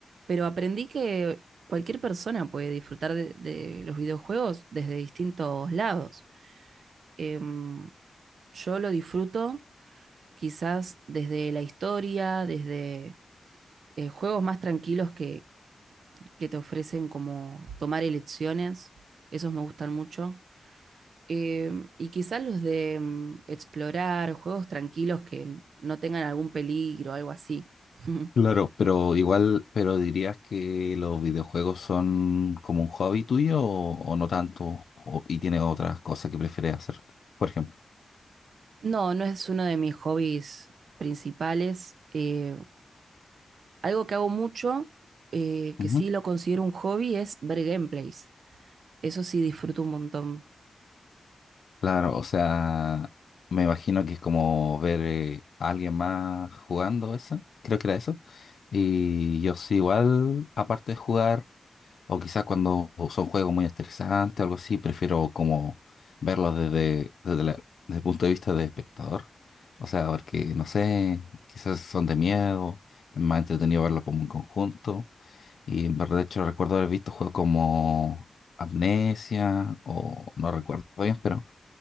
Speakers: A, on the right; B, on the left.
A: Pero aprendí que cualquier persona puede disfrutar de, de los videojuegos desde distintos lados. Em, yo lo disfruto quizás desde la historia, desde eh, juegos más tranquilos que, que te ofrecen como tomar elecciones, esos me gustan mucho. Eh, y quizás los de mm, explorar, juegos tranquilos que no tengan algún peligro, algo así. <laughs>
B: Claro, pero igual, pero dirías que los videojuegos son como un hobby tuyo o, o no tanto, o- y tienes otras cosas que prefieres hacer, por ejemplo.
A: No, no es uno de mis hobbies principales. Eh, algo que hago mucho, eh, que
B: Ujú.
A: sí lo considero un hobby, es ver gameplays. Eso sí disfruto un montón
B: Claro, o sea, me imagino que es como ver eh, a alguien más jugando eso, creo que era eso. Y yo sí, igual, aparte de jugar, O quizás cuando son juegos muy estresantes o algo así, prefiero como verlos desde, desde, la- desde el punto de vista de espectador. O sea, porque, no sé, quizás son de miedo, es más entretenido verlo como un conjunto. Y en verdad, de hecho, recuerdo haber visto juegos como Amnesia o no recuerdo bien, pero